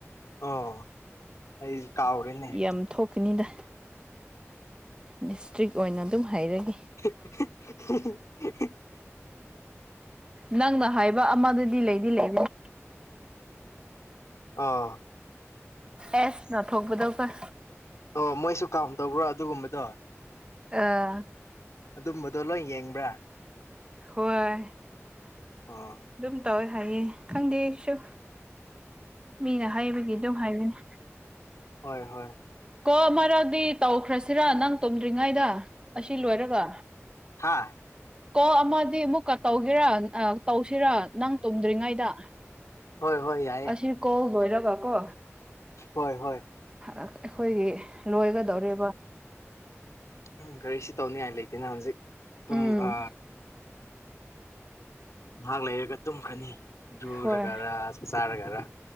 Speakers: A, on the left (about 80°); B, on the right (about 20°).
A: ꯑꯣ ꯑꯩ ꯀꯥꯎꯔꯦꯅꯦ
B: ꯌꯥꯝ ꯊꯣꯛꯀꯅꯤꯗ ꯗꯤꯁꯇ꯭ꯔꯤꯛ ꯑꯣꯏꯅ ꯑꯗꯨꯝ ꯍꯩꯔꯒꯦ
A: <inaudible>
B: ꯅꯪꯅ ꯍꯥꯏꯕ ꯑꯃꯗꯨꯗꯤ ꯂꯩꯗꯤ ꯂꯩꯕꯅꯤ
A: ꯑꯥꯎ
B: ꯑꯦꯁ ꯅꯊꯣꯛꯄꯗꫭ ꯀꫭ
A: ꯑꯣ ꯃꯣꯏꯁꯨ ꯀꯥꯎꯟ ꯇꯧꯕ꯭ꯔꯣ ꯑꯗꯨꯒꯨꯝꯕꯗꯣ
B: ꯑꯥ
A: ꯑꯗꯨꯝꯕꯗꯣ ꯂꯣꯏ ꯌꯦꯡꯕ꯭ꯔꯥ
B: ꯍꯣꯏ
A: ꯎꯝ
B: ꯑꯗꯨꯝ ꯇꯧꯋꯦ ꯍꯥꯏꯌꯦ ꯈꯪꯗꯦ ꯑꯩꯁꯨ ꯃꯤꯅ ꯍꯥꯏꯕꯒꯤ ꯑꯗꯨꯝ ꯍꯥꯏꯕꯅꯦ
A: ꯍꯣꯏ ꯍꯣꯏ
B: ꯀꯣ ꯑꯃꯔꯛꯗꯤ ꯇꯧꯈ꯭ꯔꯁꯤꯔ ꯅꯪ ꯇꯨꯝꯗ꯭ꯔꯤꯉꯩꯗ ꯑꯁꯤ ꯂꯣꯏꯔꯒ
A: ꯍꯥꯥ
B: ꯀꯣ ꯑꯃꯗꯤ ꯑꯃꯨꯛꯀ ꯇꯧꯖꯤꯔ ꯇꯧꯁꯤꯔ ꯅꯪ ꯇꯨꯝꯗ꯭ꯔꯤꯉꯩꯗ
A: ꯍꯣꯏ ꯍꯣꯏ ꯌꯥꯏꯌꯦ
B: ꯑꯁꯤ ꯀꯣꯜ ꯂꫭꯏꯔꯒ ꯀꯣ
A: ꯍꯣꯏ ꯍꯣꯏ
B: ꯑꯩꯈꯣꯏꯒꯤ ꯂꯣꯏꯒꯗꯧꯔꯦ
A: ꯎꯝ ꯀꯔꯤꯁꯨ ꯇꯧꯅꯤꯉꯥꯏ ꯂꯩꯇꯦꯅ ꯍꯧꯖꯤꯛ ꯇꯨꯝꯕ
B: ꯎꯝ
A: ꯉꯥꯍꯥꯛ ꯂꯩꯔꯒ ꯇꯨꯝꯈꯔꯅꯤ ꯖꯨꯔꯒꯥꯔ
B: ꯍꯣꯏ
A: ꯆꯥꯔꯒꯔꯥ